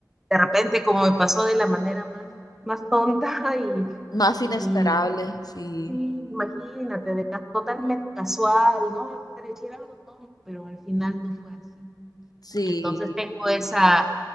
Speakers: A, in the centre; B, on the left (about 60°).
A: de repente, como me pasó de la manera más, más tonta <laughs> y,
B: más
A: y
B: inesperable, sí,
A: así, imagínate, de, ca- totalmente casual, ¿no? Me pareciera algo tonto, pero al final no fue así.
B: sí,
A: Entonces tengo esa,